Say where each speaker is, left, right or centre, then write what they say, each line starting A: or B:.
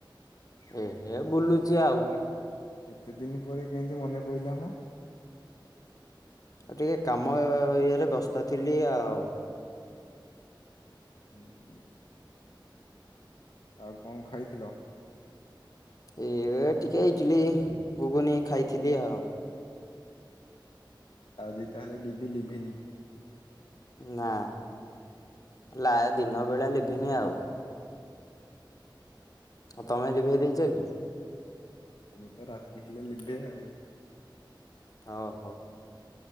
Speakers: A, on the left; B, on the left.
A: ଏଏଏ ବୁଲୁଚି ଆଉ।
B: ଏତେ ଦିନ ପରେ କେମତି ମନେ ପଇଲାମ।
A: ଆଉ ଟିକେ କାମ ଇଏରେ ବ୍ୟସ୍ତ ଥିଲି ଆଉ
B: ହୁଁ ହୁଁ। ଆଉ କଣ ଖାଇଥିଲ।।
A: ଏ ଟିକେ ଇଟିଲି ଗୁଗୁନି ଖାଇଥିଲି ଆଉ
B: ଆଜି ତାହେଲେ ଡିବି ଲିଭିିନି
A: ନା ନା ଦିନ ବେଳା ଲିଭିିନି ଆଉ ଆଉ ତମେ ଲିଭେଇ ଦେଇଚ କି?
B: ତମର ତ ରାତି ହେଲେ ଲିଭେ ଆଉ
A: ହୋଉ ହୋଉ